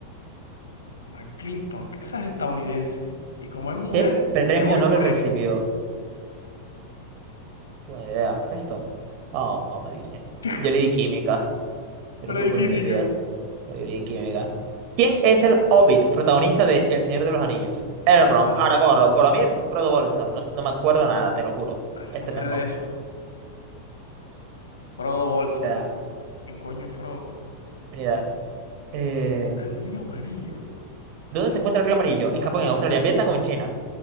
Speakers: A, on the left; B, on the right.
A: McClinton, que esa es estadounidense. Y como es mujer,
B: ¿Qué premio
A: me voy
B: Nobel
A: por
B: recibió?
A: esto.
B: Buena idea. ¿Esto? Oh, medicina.
A: <laughs>
B: Yo le di química. Te
A: Yo
B: lo
A: le
B: juro
A: di
B: por mi
A: física.
B: vida. pero Yo le di química. ¿Quién es el Hobbit, protagonista de El Señor de los Anillos?
A: Mierda.
B: Elrond, Aragorn, Boromir, Frodo Bolson. No, no me acuerdo nada, te lo juro.
A: Ah, yo
B: Este
A: no sé
B: mismo.
A: de eso. Frodo Bolson.
B: Mira,
A: ¿Quién coño es Frodo?
B: mira. Eh,
A: El río amarillo.
B: ¿dónde se encuentra el río Amarillo?
A: Ah,
B: ¿En Japón, en Australia, en Vietnam o en China?